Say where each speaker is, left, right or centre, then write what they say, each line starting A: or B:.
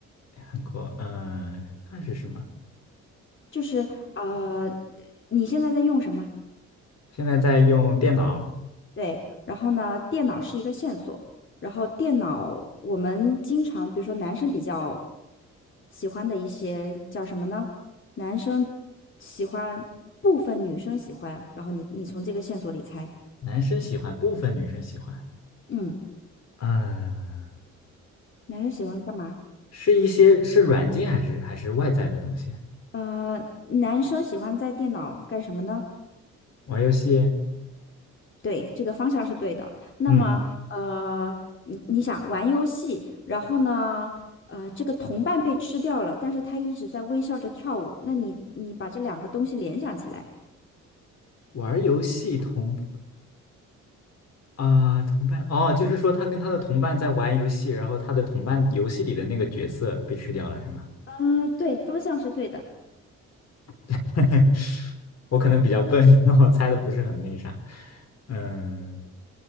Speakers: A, on the left; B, on the left.
A: 韩国，嗯，那是什么？
B: 就是呃，你现在在用什么？
A: 现在在用电脑，
B: 对，然后呢，电脑是一个线索，然后电脑我们经常，比如说男生比较喜欢的一些叫什么呢？男生喜欢，部分女生喜欢，然后你你从这个线索里猜，
A: 男生喜欢，部分女生喜欢，
B: 嗯，
A: 嗯，
B: 男生喜欢干嘛？
A: 是一些是软件还是还是外在的东西？
B: 呃，男生喜欢在电脑干什么呢？
A: 玩游戏，
B: 对，这个方向是对的。那么，
A: 嗯，
B: 呃，你你想玩游戏，然后呢，呃，这个同伴被吃掉了，但是他一直在微笑着跳舞。那你你把这两个东西联想起来，
A: 玩游戏同啊、同伴哦，就是说他跟他的同伴在玩游戏，然后他的同伴游戏里的那个角色被吃掉了，是吗？
B: 嗯、对，方向是对的，
A: <laughs> 我可能比较笨，<laughs> 我猜的不是很那啥。嗯，